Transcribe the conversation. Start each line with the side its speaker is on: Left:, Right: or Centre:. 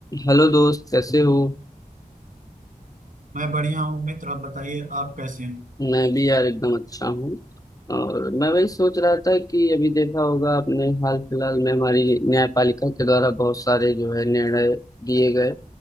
Left: Hello दोस्त कैसे हो
Right: मैं बढ़िया हूँ मित्र आप बताइए आप कैसे हैं
Left: मैं भी यार एकदम अच्छा हूँ और मैं वही सोच रहा था कि अभी देखा होगा आपने हाल फिलहाल में हमारी न्यायपालिका के द्वारा बहुत सारे जो है निर्णय दिए गए